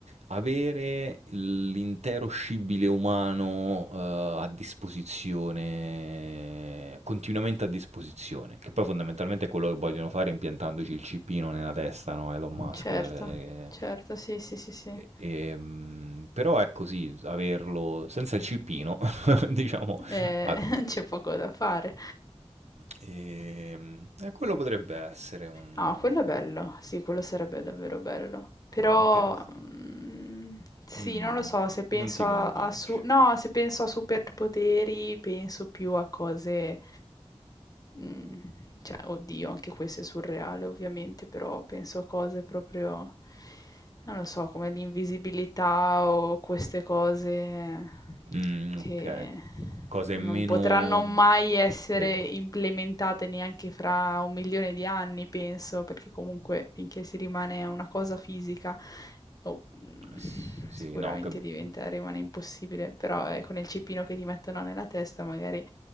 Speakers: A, on the right; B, on the left.
A: avere l'intero scibile umano, eh, a disposizione, continuamente a disposizione, che poi fondamentalmente è quello che vogliono fare impiantandoci il cippino nella testa, no? Elon Musk,
B: Certo,
A: eh,
B: certo, sì, sì, sì, sì.
A: E- ehm, però è così, averlo senza il cippino, <laughs> diciamo,
B: Ehm,
A: a-
B: <laughs> c'è poco da fare.
A: ehm, e, quello potrebbe essere un
B: Ah, quello è bello, sì, quello sarebbe davvero bello.
A: quello
B: Però,
A: interessante.
B: mm, sì,
A: Mm,
B: non lo so, se penso
A: non ti
B: a,
A: convince.
B: a su- no, se penso a superpoteri, penso più a cose, mm, cioè, oddio, anche questo è surreale, ovviamente, però penso a cose proprio, non lo so, come l'invisibilità o queste cose
A: Mm,
B: che
A: ok, cose
B: non
A: meno...
B: potranno mai essere
A: Sì,
B: implementate neanche fra un milione di anni, penso, perché comunque finché si rimane una cosa fisica, oh, mm,
A: S- sì,
B: sicuramente
A: sì, no, capi-
B: diventa, rimane impossibile, però eh, con il cipino che ti mettono nella testa, magari